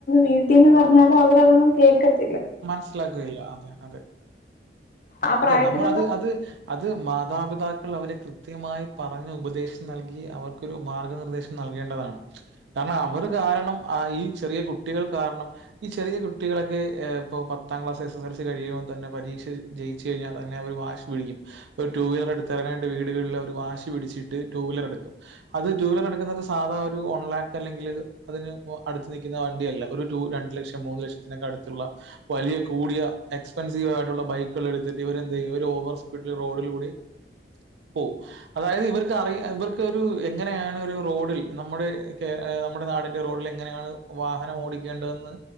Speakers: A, on the left (about 45°); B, on the right (about 75°).
A: വീട്ടീന്ന് പറഞ്ഞാത് അവ തൊന്നും കേക്ക
B: മനസ്സിലാക്കുകയില്ല അതെ അതെ
A: ആ പ്രായത്തിലുള്ള
B: അതെ നമ്മളത് അത് മാതാപിതാക്കൾ അവരെ കൃ കൃത്യമായി പറഞ്ഞ് ഉപദേശിച്ചു നൽകി അവർക്കൊരു മാർഗനിർദ്ദേശം നൽകേണ്ടതാണ് കാരണം അവർ കാരണം ആഹ് ഈ ചെറിയ കുട്ടികൾ കാരണം ഈ ചെറിയ കുട്ടികളൊക്കെ ഏഹ് ഇപ്പൊ പത്താം ക്ലാസ് എസ് എസ് എൽസി കഴിയുമ്പോൾ തന്നെ പരീക്ഷ ജയിച്ചു കഴിഞ്ഞാൽ തന്നെ അവര് വാശി പിടിക്കും ഒരു ടു വീലർ എടുത്തിറങ്ങാനായിട്ട് വീടുകളിൽ അവര് വാശി പിടിച്ചിട്ട് ടു വീലർ എടുക്കും അത് ടുവീലർ എടുക്കുന്നത് സാദാ ഒരു വൺ ലാക്ക് അല്ലെങ്കിൽ അതിന് അടുത്ത് നിക്കുന്ന വണ്ടിയല്ല ഒരു രണ്ടു ലക്ഷം മൂന്ന് ലക്ഷത്തിനൊക്കെ അടുത്തുള്ള- വലിയ കൂടിയ എക്സ്പെൻസീവ ആയിട്ടുള്ള ബൈക്കുകൾ എടുത്തിട്ട് ഇവര് എന്ത് ചെയ്യും ഒരു ഓവർ സ്പീഡിൽ റോഡിൽ കൂടി പോവും അതായത് ഇവർക്ക് അറിയ ഇവർക്ക് ഒരു എങ്ങനെയാണ് ഒരു റോഡിൽ നമ്മുടെ നമ്മുടെ നാടിന്റെ റോഡിൽ എങ്ങനെയാണ് വാഹനം ഓടിക്കേണ്ടതെന്ന്